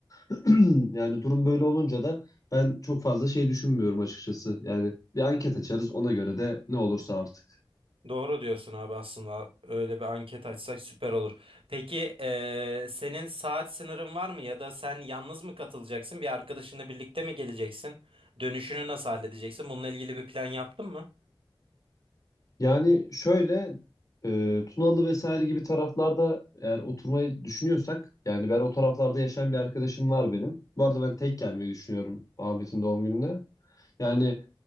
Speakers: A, on the left; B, on the right.
A: <clears throat> Yani durum böyle olunca da ben çok fazla şey düşünmüyorum açıkçası. Yani bir anket açarız ona göre de ne olursa artık.
B: Doğru diyorsun abi aslında öyle bir anket açsak süper olur. Peki ee, senin saat sınırın var mı ya da sen yalnız mı katılacaksın? Bir arkadaşınla birlikte mi geleceksin? Dönüşünü nasıl halledeceksin? Bununla ilgili bir plan yaptın mı?
A: Yani şöyle e, Tunalı vesaire gibi taraflarda eğer oturmayı düşünüyorsak yani ben o taraflarda yaşayan bir arkadaşım var benim. Bu arada ben tek gelmeyi düşünüyorum Ahmet'in doğum gününe. Yani